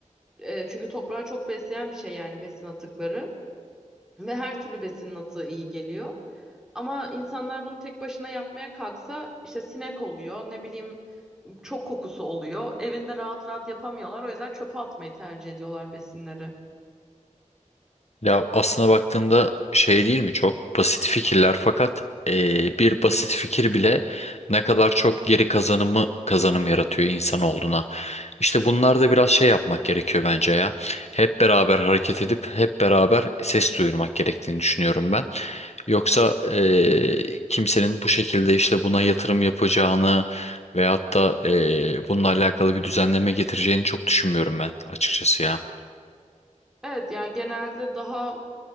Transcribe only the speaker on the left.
Ya aslına baktığında şey değil mi çok basit fikirler fakat eee, bir basit fikir bile ne kadar çok geri kazanımı kazanım yaratıyor insan olduğuna. İşte bunlar da biraz şey yapmak gerekiyor bence ya. Hep beraber hareket edip hep beraber ses duyurmak gerektiğini düşünüyorum ben. Yoksa eee, kimsenin bu şekilde işte buna yatırım yapacağını veyahut da eee, bununla alakalı bir düzenleme getireceğini çok düşünmüyorum ben açıkçası ya.